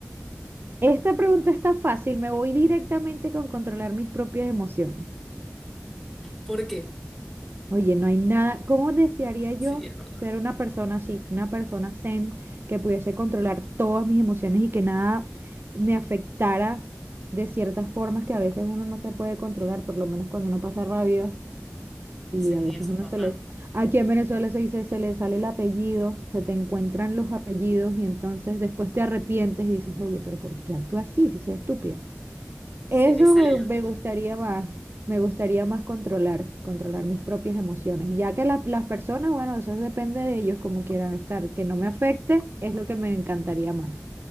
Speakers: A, on the right; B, in the centre.
A: Esta pregunta está fácil, me voy directamente con controlar mis propias emociones.
B: ¿Por qué?
A: Oye, no hay nada, ¿cómo desearía yo
B: Sí, es verdad.
A: ser una persona así, una persona zen que pudiese controlar todas mis emociones y que nada me afectara de ciertas formas que a veces uno no se puede controlar, por lo menos cuando uno pasa rabias y
B: Sí,
A: a veces
B: eso
A: uno
B: es verdad.
A: se le, aquí en Venezuela se dice, se le sale el apellido, se te encuentran los apellidos y entonces después te arrepientes y dices, oye, pero ¿por qué actúas así si soy estúpida?
B: Se
A: Eso
B: le sale
A: me,
B: la
A: me
B: pelle.
A: gustaría más, me gustaría más controlar, controlar mis propias emociones, ya que la- las personas, bueno, eso depende de ellos como quieran estar, que no me afecte es lo que me encantaría más.